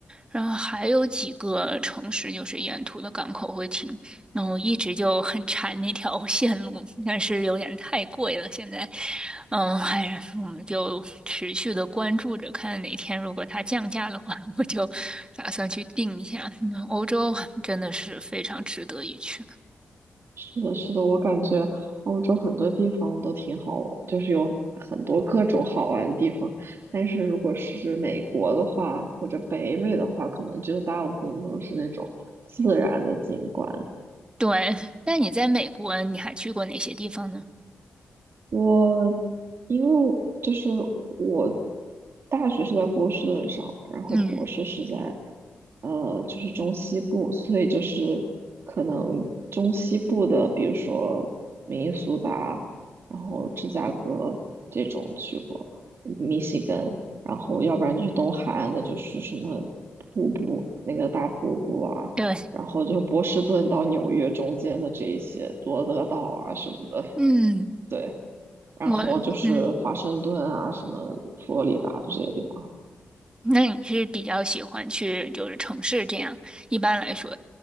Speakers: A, on the right; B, on the right.
A: 然后还有几个城市就是沿途的港口会停，那我一直就很馋那条线路，但是有点太贵了，现在。嗯，哎呀，我们就持续的关注着，看哪天如果它降价的话，我就打算去订一下。嗯欧洲真的是非常值得一去。
B: 是的，是的，我感觉欧洲很多地方都挺好，就是有很多各种好玩的地方。但是如果是美国的话，或者北美的话，可能就大部分都是那种自然的景观。
A: 对，那你在美国，你还去过哪些地方呢？
B: 我因为就是我大学是在波士顿上，然后博士是在
A: 嗯，
B: 呃就是中西部，所以就是可能中西部的，比如说明尼苏达，然后芝加哥这种去过，密西根，然后要不然就是东海岸的，就是什么瀑布那个大瀑布啊，
A: 对，
B: 然后就波士顿到纽约中间的这一些罗德岛啊什么的，
A: 嗯，
B: 对。然后就是华盛顿啊，
A: 我，嗯，
B: 什么佛罗里达就这些地方，
A: 那你是比较喜欢去就是城市这样？一般来说，